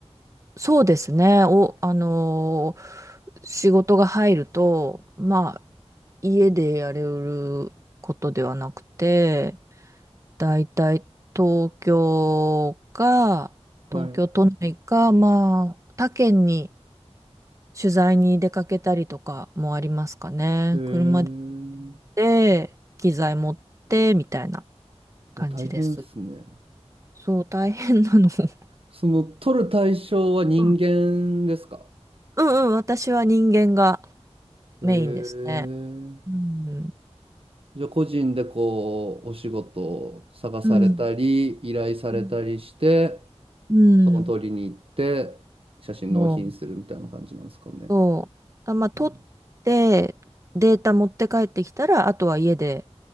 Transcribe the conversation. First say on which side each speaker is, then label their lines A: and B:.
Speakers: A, on the right; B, on the right.
A: そうですね。お、あのー仕事が入ると、まあ、家でやれることではなくて、だいたい東京か、
B: はい。
A: 東京都内か、まあ、他県に取材に出かけたりとかもありますかね。
B: へえ。
A: 車で行って機材持って、みたいな感じです。
B: お大変ですね。
A: そう、大変なの。<laughs> ちょっ
B: その撮る対象は人間ですか
A: と、うんうん、私は人間が
B: へえ。
A: メインですね。うん。
B: じゃあ個人でこう、お仕事を探されたり、
A: うん。
B: 依頼されたりして、
A: うん。うん。
B: そこの通りに行って、写真納品するみたいな感じなんですかね。
A: そう。そうあ、まあ、取って、
B: うん
A: データ持って帰ってきたら、あとは家で